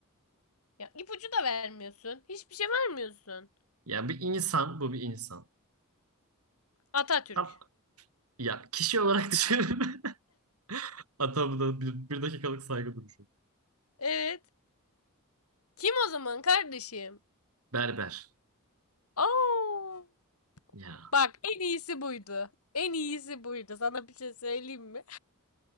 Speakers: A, on the left; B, on the right.
A: Ya ipucu da vermiyorsun. Hiçbir şey vermiyorsun.
B: Yani bir insan bu bir insan.
A: Atatürk.
B: Ama- ya kişi olarak düşünün. <laughs> Hatta da bir, bir dakikalık saygı duruşu.
A: Evet. Kim o zaman kardeşim?
B: Berber.
A: Oo.
B: Ya.
A: Bak en iyisi buydu. En iyisi buydu. Sana bir şey söyleyeyim mi?